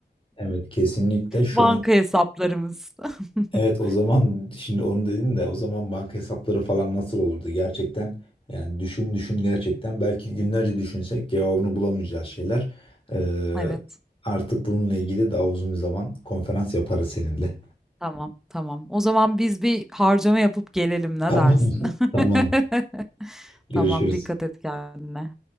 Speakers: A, on the left; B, in the centre.
A: Evet kesinlikle şu
B: Banka
A: an
B: hesaplarımız. <laughs>
A: Evet o zaman şimdi onu dedin de o zaman banka hesapları falan nasıl olurdu? Gerçekten yani düşün düşün gerçekten belki günlerce düşünsek cevabını bulamayacağız şeyler. Ee,
B: Evet.
A: artık bununla ilgili daha uzun bir zaman konferans yaparız seninle.
B: Tamam, tamam. O zaman biz bir harcama yapıp gelelim
A: <laughs>
B: ne
A: Tamam.
B: dersin?
A: Tamam. Tamam.
B: <laughs>
A: Görüşürüz.
B: Tamam, dikkat et kendine.